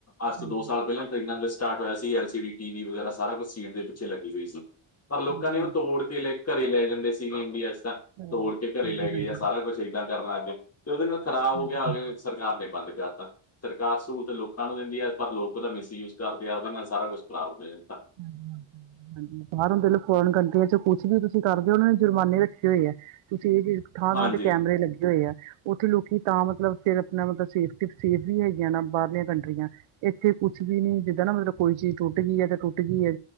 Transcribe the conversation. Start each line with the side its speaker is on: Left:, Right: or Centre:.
Left: ਅੱਜ ਤੋਂ
Right: ਹਾਂਜੀ
Left: ਦੋ ਸਾਲ ਪੈਲਾਂ ਫ਼ਿਲਮਾਂ ਤੋਂ ਸਟਾਟ ਹੋਇਆ ਸੀ ਐਲ ਸੀ ਡੀ ਟੀਵੀ ਵਗੈਰਾ ਸਾਰਾ ਕੁਝ ਸੀਟ ਦੇ ਪੀਛੇ ਲੱਗੀ ਹੋਈ ਸੀ। ਪਰ ਲੋਕਾਂ
Right: ਹਾਂਜੀ
Left: ਨੇ ਓ ਤੋੜ ਤੇ ਲੈ ਘਰੇ ਲੈ ਜਾਂਦੇ ਸੀਗੇ ਇੰਡੀਆ ਚ ਤਾਂ,
Right: ਹਾਂਜੀ
Left: ਤੋੜ ਕੇ ਘਰੇ ਲੈ ਗਏ
Right: ਹਾਂਜੀ
Left: ਸਾਰਾ
Right: ਹਾਂਜੀ
Left: ਕੁਝ। ਏਦਾਂ ਕਰਨਾ ਲਾਗੈ, ਤੇ ਓਦੇ ਨਾਲ ਖ਼ਰਾਬ
Right: ਹਾਂਜੀ।
Left: ਹੋ ਗੇਆ ਸਰਕਾਰ ਨੇ ਬੰਦ ਕਰਾਤਾ। ਸਰਕਾਰ ਸਹੁਲਤ ਲੋਕਾਂ ਨੂੰ ਦੇਂਦੀ ਆ ਪਰ ਲੋਕ ਓਦਾਂ ਮਿਸਯੂਸ ਕਰਦੇ ਆ ਓਨਾ ਨਾਲ ਸਾਰਾ ਕੁਝ ਖਰਾਬ ਹੋ ਜਾਂਦਾ।
Right: <unintelligible> ਹਾਂਜੀ, ਬਾਰ ਹੁੰਦੇ ਲੋਕ ਫੋਰਨ ਕੰਟਰੀਆਂ ਚ ਕੁਛ ਵੀ ਤੁਸੀਂ ਕਰਦੇ ਹੋ ਓਨਾਂ ਨੇ ਜੁਰਮਾਨੇ ਰੱਖੇ ਹੋਏ ਆ। ਤੁਸੀਂ ਏ ਦੇਖ ਥਾਂ-ਥਾਂ
Left: ਹਾਂਜੀ
Right: ਤੇ ਕੈਮਰੇ ਲੱਗੇ ਹੋਏ ਆ। ਓਥੇ ਲੋਕੀ ਤਾਂ ਮਤਲਬ ਫੇਰ ਆਪਣਾ ਮਤਲਬ ਸੇਫਟੀ ਸੇਫ ਵੀ ਹੈਗੀਆਂ ਨਾ ਬਾਰਲੀਆਂ ਕੰਟਰੀਆਂ ਏਥੇ ਕੁਛ ਵੀ ਨੀ ਜੀਦਾਂ ਨਾ ਮਤਲਬ ਕੋਈ ਚੀਜ਼ ਟੁੱਟ ਗਈ ਐ ਤੇ ਟੁ ਟੀ ਗੀ ਆ